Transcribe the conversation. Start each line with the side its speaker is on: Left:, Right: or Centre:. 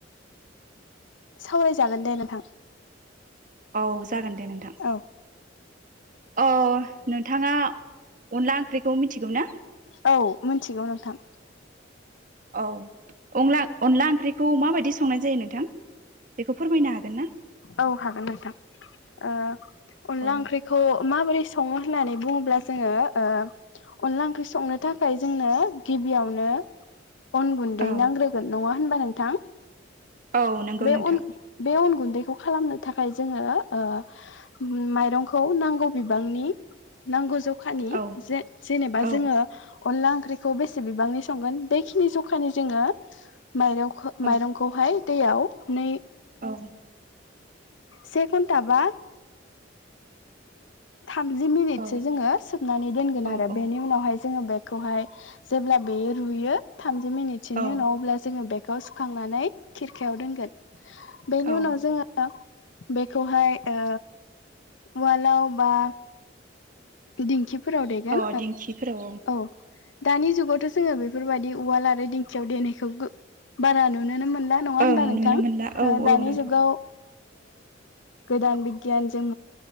Left: सावरायजागोन दे नोंथां
Right: औ जागोन दे नोंथां
Left: औ
Right: अ नोंथाङा अनला ओंख्रिखौ मिथिगौ ना
Left: औ मिथिगौ नोंथां
Right: औ अन अनला ओंख्रिखौ माबायदि संनाय जायो नोंथां बेखौ फोरमायनो हागोन ना
Left: औ हागोन नोंथां अनला
Right: औ
Left: ओंख्रिखौ माबोरै सङो होननानै बुङोब्ला जोङो अनला ओंख्रि संनो थाखाय जोंनो गिबियावनो
Right: <inaudible>
Left: अन गुन्दै
Right: औ
Left: नांग्रोगोन नङा होनबा नोंथां
Right: औ नंगौ
Left: बे
Right: नोंथां
Left: अन बे अन गुन्दैखौ खौ खालामनो थाखाय जोङो माइरंखौ नांगौ बिबांनि नांगौ जखानि
Right: औ
Left: जे-जेनेबा
Right: औ
Left: जोङो अनला ओंख्रिखौ बेसे बिबांनि संगोन बेखिनि जखानि जोङो माइरं
Right: औ
Left: माइरंखौहाय दैयाव नै
Right: औ
Left: से घन्टा बा थामजि मिनिटसो
Right: औ
Left: जोङो सोबनानै दोनगोन
Right: औ
Left: आरो बेनि उनावहाय जोङो बे खौहाय जेब्ला बे रुयो थामजि मिनिटनि
Right: औ
Left: उनाव ज खौ सुखांनानै खिरखायाव दोनगोन बेनि
Right: औ
Left: उनाव जोङो बेखौहाय ओ उवालाव बा दिंखिफोराव देगोन
Right: अ दिंखिफोराव
Left: औ दानि जुगावथ जोङो बेफोरबायदि उवाल आरो दिंखियाव देनायखौ बारा नुुनोनो मोनला नङा होनबा
Right: ओं
Left: नोंथां
Right: नुनो मोनला औ औ
Left: दानि
Right: नोंथां
Left: जुगाव गोदान बिगियानजों